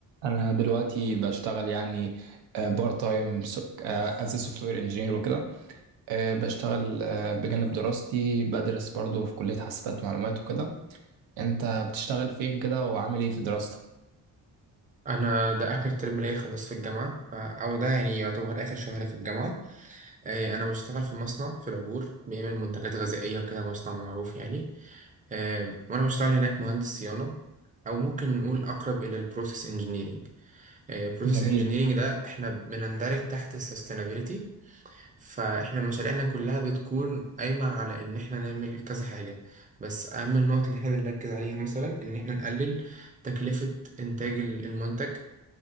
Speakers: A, on the right; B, on the right.
A: انا دلوقتي بشتغل يعني بارت تايم از سوفت وير انجينير وكده آه، بشتغل آه، بجانب دراستي بدرس برضو في كلية حاسبات ومعلومات وكده انت بتشتغل فين كده وعامل ايه في دراستك
B: انا ده اخر ترم ليا خلاص في الجامعه ف- او ده يعني يعتبر اخر شهر في الجامعه آه، انا بشتغل في مصنع في العبور بيعمل منتجات غذائيه وكده مصنع معروف يعني آه، وانا بشتغل هناك مهندس صيانه او ممكن نقول اقرب الى البروسيس انجينيرينج البروسيس
A: جميل
B: انجينيرينج ده احنا بنندرج تحت السستينابيليتي فاحنا مشاريعنا كلها بتكون قايمه على ان احنا نعمل كذا حاجه بس اهم النقط اللي احنا بنركز عليها مثلا ان احنا نقلل تكلفه انتاج المنتج